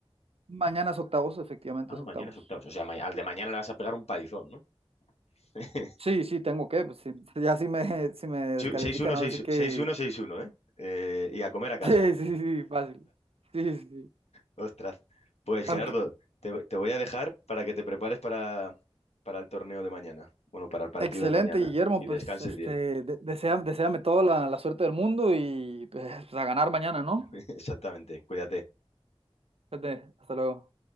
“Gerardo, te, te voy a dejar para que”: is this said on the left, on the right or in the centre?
Left